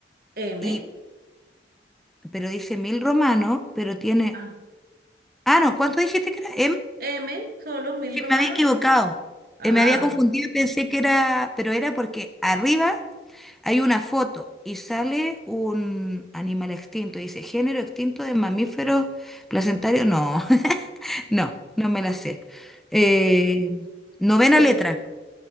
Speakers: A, on the right; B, in the centre.
A: M.
B: Y, pero dice mil romano, pero tiene...
A: Ah,
B: Ah, no, ¿cuánto dijiste que era?
A: M, solo mil
B: Sí,
A: romanos.
B: me había equivocado.
A: eh. Ah,
B: Eh, me había confundido y pensé que era, pero era porque arriba hay una foto y sale un animal extinto. Dice, género extinto de mamíferos placentarios. No, <laughs> no, no me la sé. Eh,
A: mm,
B: novena
A: sí, porque
B: letra.